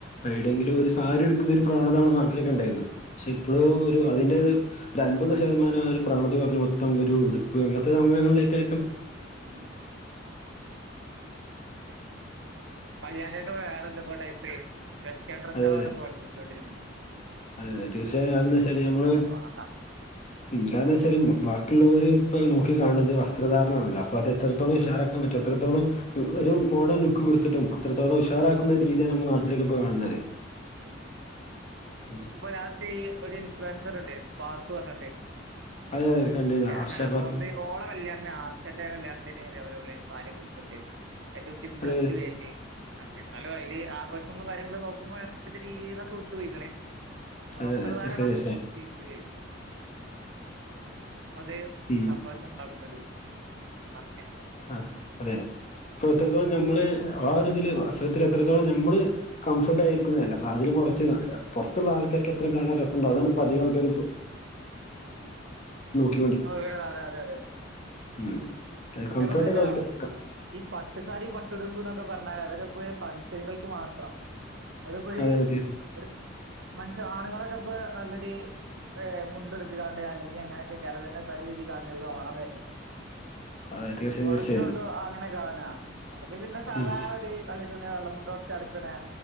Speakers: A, on the left; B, on the right.
A: എവിടെങ്കിലും ഒരു സാരി എടുക്കുന്ന ഒരു പ്രവണത നമ്മൾ നാട്ടിലേക്ക ഉണ്ടായിരരുന്നു പക്ഷെ ഇപ്പോഴും
B: ഉം ഉം
A: ഒരു അതിൻന്റെ ഒരു ഒരു അൻപത് ശതമാനം ആ ഒരു പ്രവണത പറഞ്ഞഞ് മൊത്തം ഒരു ഉടുപ്പ് അങ്ങനത്തെ സംഭവങ്ങളിലേക്ക്
B: ഉ <unintelligible> വേറെ എന്തൊക്കോ ടൈപ്പ് വെസ്റ്റേൺ ഡ്രസാണ്
A: അതെ അതെ
B: പഠപ്പിച്ചോണ്ടരിക്കുന്നത്
A: അതെ അതെ തീർച്ചയായും ഞാൻ എന്താ വെച്ചാല് നമ്മള്
B: ആർക്കും വേണ്ട
A: എന്താണ്വെച്ചാലും ബാക്കിയുള്ളവര് ഇപ്പൾ നോക്കി കാണുന്നത് വസ്ത്രധാരണ ആണല്ലോ അപ്പോൾ അത് എത്രത്തോളം ഇഷാറാക്കാൻ പറ്റും അത്രത്തോളം ഒരു മോഡേൺ ലുക്ക് കൊടുത്തിട്ടും അത്രത്തോളം ഉഷാറാക്കുന്ന രീതിയാണ് നമ്മൾ നാട്ടിലേക്ക് ഇപ്പോൾ കാണുന്നത്
B: അ ഉ
A: ഉം
B: ഇപ്പൊ ലാസ്റ്റ് ഒരു ഇൻഫ്ലുവൻസർ ഉണ്ട് പാത്തുപറഞ്ഞിട്ട്
A: അതെ അതെ കണ്ടിരുന്നു ഹർഷ
B: ഹലോ
A: പാത്തു
B: ഓൽബീർ ഓള കല്യാണ ആർച്ചന്റെ കല്യാണത്തിന് ആർസൻ്റെ കല്യാണത്തിന് ഇതെ പോലെ സാരിക്കെ എടുത്തിട്ട് ഏറ്റവും സിംപ്ലസ്റ്റ്
A: അതെ
B: വെല് ഹലോ അതില് ആഘോഷങ്ങളും കാര്യങ്ങളും നോക്കുമ്പോൾ രീതിൽന്നൊക്കെ വിട്ടുപോയിക്കണേ
A: അതെ
B: വസ്ത്ര
A: അതെ തീർച്ചയായും
B: ധാരണം
A: തീർച്ചയായും
B: ചെയ അതേ
A: ഉം
B: സംഭ <unintelligible> ഉണ്ടാക്ക്പര <unintelligible>
A: ആ അതെ അപ്പൊ എത്രത്തോളം നമ്മള് ആ ഒരു ഇതില് വസ്ത്രത്തി എത്രത്തോളം നമ്മള് കംഫോർട്ട് ആയിരിക്കുന്നതല്ല അപ്പ അതിലും കുറച്ച് പുറത്തുള്ള ആൾക്കാർക്ക് എത്ര കാണാൻ രസംണ്ടാവും അതാണ് ഇപ്പൾ അധിക ആൾക്കാർ <unintelligible>
B: അതെ അതെ അതെ
A: ഉം അത്
B: പിന്നെ
A: കംഫർട്ട്
B: പ്പെന്തേച്ചാ
A: ഒക്കെ അവർക്ക്
B: ഈ പട്ടുസാരി പട്ടെടുപ്പ് എന്നൊക്കെ പറഞ്ഞാല് അതൊക്കെ പോയി ഫൻഷനുകൾക്ക് മാത്രം അതിപ്പോരു
A: അതെ തീർച്ചയായും
B: ഒരു മനുഷ്യ ആണുങ്ങളൊക്കെ ഇപ്പൊ നല്ലൊരു ഏ മുണ്ട എടുത്ക്കാണ്ട് അല്ലെങ്കിൽ അങ്ങനെക്ക കേരളത്തിന്റെ തനീ രീതിൽ കാണെങ്കിൽ ഓണം വരണം
A: അതെ തീർച്ചയായും
B: ഓണത്തിനുള്ളൂ
A: തീർച്ചയായും
B: അങ്ങനെ കാണന അല്ലെങ്കിൽ പിന്നെ സാധാണ
A: ഉം
B: ഒരു കളി തുണിയോ വെള്ള മുണ്ടോ ടുത്തുനടക്കണേ